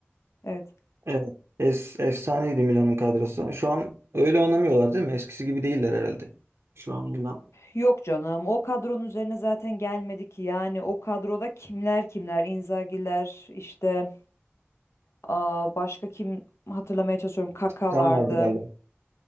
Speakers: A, on the left (about 85°); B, on the right (about 75°).
A: evet.
B: evet. Es, efsaneydi Milan'ın kadrosu. Şu an öyle oynamıyorlar değil mi? Eskisi gibi değiller herhalde. Şu an Milan.
A: Yok canım. O kadronun üzerine zaten gelmedi ki. Yani o kadroda kimler kimler? Inzaghi'ler işte aa, başka kim hatırlamaya çalışıyorum. Kaka
B: Tam
A: vardı.
B: vardı galiba.